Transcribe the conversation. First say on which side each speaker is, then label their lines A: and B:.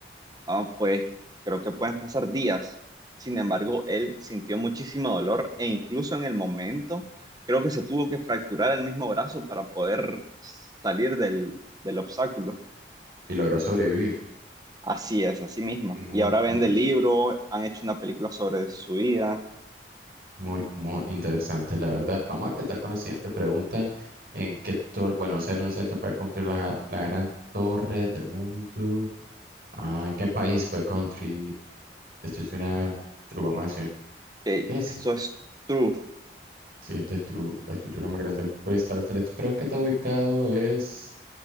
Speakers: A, on the right; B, on the right.
A: Ah, pues creo que pueden pasar días. Sin embargo, él sintió muchísimo dolor e incluso en el momento creo que se tuvo que fracturar el mismo brazo para poder salir del, del obstáculo.
B: Y logró sobrevivir.
A: Así es, así mismo.
B: Muy
A: Y ahora venden
B: interesante,
A: libro, han hecho una película sobre su vida.
B: muy, muy interesante, la verdad. Vamos a ver qué tal con la siguiente pregunta. ¿En qué torre, bueno, no sé, no sé, para construir la, la gran torre del mundo? Ah, ¿en qué país fue country? Esto es una true, vamos a decir.
A: Eh,
B: ¿Qué es?
A: esto es true.
B: Sí, esto es true, la estructura más grande fue instalada. Creo que está ubicado es